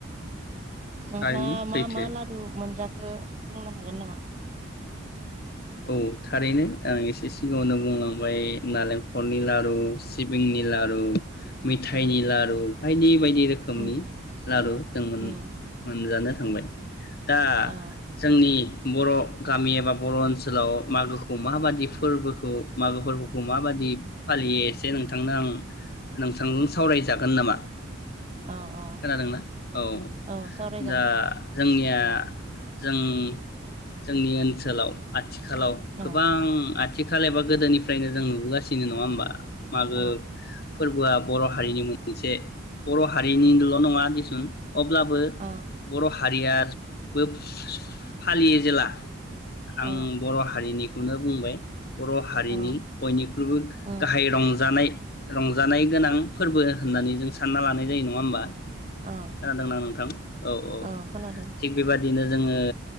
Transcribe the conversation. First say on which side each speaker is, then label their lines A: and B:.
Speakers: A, on the right; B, on the left.
A: नोंथाङा
B: थारैनो सैथो
A: मा मा लारु मोनजा बुंनो हागोन नामा?
B: औ थारैनो, आं एसे सिगाङावनो बुंलांबाय नालेंखरनि लारु, सिबिंनि लारु, मिथाइनि
A: औ
B: लारु, बायदि-बायदि रोखोमनि
A: उम उम
B: लारु जों
A: उम
B: मोनजानो थांबाय। दा
A: औ
B: जोंनि बर' गामि एबा बर' ओनसोल मागोखौ माबादि फोरबोखौ, मागो फोरबोखौ माबादि फालियो एसे नोंथांनो आं नोंथांजों सावराय जागोन नामा?
A: औ औ
B: खोनादोंना? औ,
A: औ सावरायजागोन
B: दा जोंनिया जों जोंनि ओनसोलाव आथि आथिखालाव
A: औ
B: गोबां आथिखाल एबा गोदोनिफ्रायनो जों नुबोगासिनो नङा होमबा! मागो
A: औ
B: फोरबोआ बर' हारिनि मोनसे बर' हारिनिल' नङा दिसुन अब्लाबो
A: औ
B: बर' हारियाबो फालियो जेला
A: औ
B: आं बर' हारिनिखौनो बुंबाय, बर' हारिनि
A: औ
B: बयनिख्रुइबो
A: ओम
B: गाहाय रंजानाय रंजानाय गोनां फोरबो होननानै जों सानना लानाय जायो नङा होमबा? खोनादोंना
A: औ
B: नोंथां? औ-औ,
A: औ खोनादों
B: थिग बेबादिनो जोङो